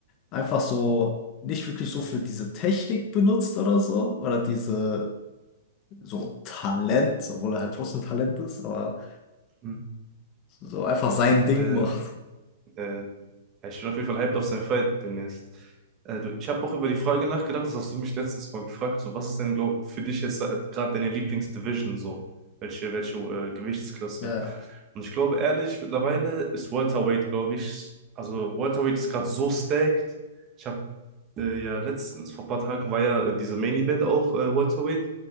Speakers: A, on the left; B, on the right.
A: einfach so nicht wirklich so für diese Technik benutzt oder so, oder diese so Talent, obwohl er halt trotzdem Talent ist, aber
B: Mhm.
A: so einfach sein Ding
B: Äh,
A: macht.
B: äh, Ja, ich bin auf jeden Fall hyped auf seinen Fight demnächst. Äh, du, ich habe auch über die Frage nachgedacht, das hast du mich letztes Mal gefragt, so was ist denn glaub, für dich jetzt äh, gerade deine Lieblingsdivision so? Welche, welche äh, Gewichtsklasse?
A: Ja, ja.
B: Und ich glaube ehrlich, mittlerweile ist Welterweight, glaube ich, also Welterweight ist gerade so stacked. Ich habe äh, ja letztens, vor ein paar Tagen war ja äh, diese Main Event auch äh, Welterweight